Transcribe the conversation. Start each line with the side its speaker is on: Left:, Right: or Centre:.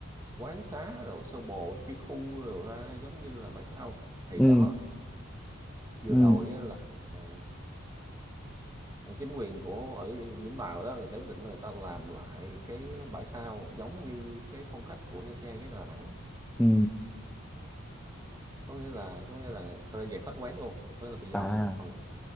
Right: quán xá rồi sơ bộ chia khu rồi ra giống như là bãi sau thì
Centre: ừ
Right: đó vừa
Centre: ừ
Right: rồi á là ờ, ờ, chính quyền của ở Vũng Tàu đó người ta quyết định là người ta làm lại cái bãi sau giống như cái phong cách của Nha Trang với Đà Nẵng
Centre: ừ
Right: có nghĩa là có nghĩa là sẽ dẹp hết quán luôn có nghĩa là bây giờ
Centre: à
Right: ông sẽ không còn